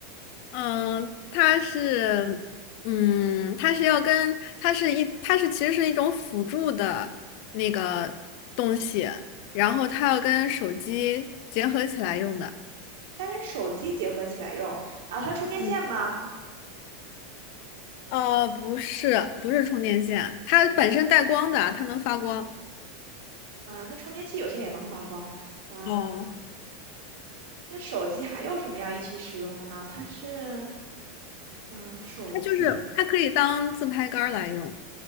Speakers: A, on the left; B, on the right.
A: 嗯，它是，嗯，它是要跟，它是一，它是其实是一种辅助的那个东西，然后它要跟手机结合起来用的。
B: 它跟手机结合起来用，啊，后它充电线吗？
A: 嗯，呃，不是，不是充电线，它本身带光的，它能发光。
B: 嗯、那充电器有些也能发光，啊、
A: 哦，
B: 跟手机还有什么要一起使用的呢？它是，嗯、手机
A: 它就是它可以当自拍杆儿来用。